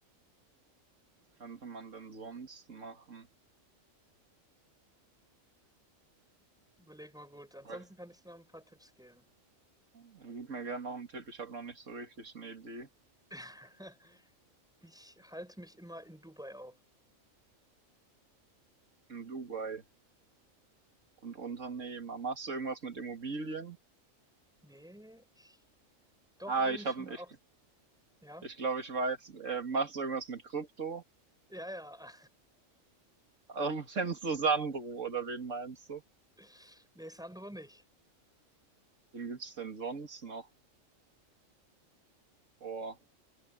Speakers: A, on the right; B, in the centre.
A: Was könnte man denn sonst machen?
B: Überleg mal gut. Ansonsten
A: Aber ich-
B: kann ich dir noch ein paar Tipps geben.
A: Also gib mir gerne noch einen Tipp. Ich habe noch nicht so richtig eine Idee.
B: <laughs> Ich halte mich immer in Dubai auf.
A: In Dubai und Unternehmer. Machst du irgendwas mit Immobilien?
B: Nee, ich, doch
A: Ah,
B: eigentlich
A: ich habe,
B: schon auch,
A: ich,
B: ja,
A: ich glaube, ich weiß. Äh, machst du irgendwas mit Krypto?
B: ja, ja.
A: Also, <laughs> kennst du Sandro oder wen meinst du?
B: <laughs> Nee, Sandro nicht.
A: Wen gibt's denn sonst noch? Boah.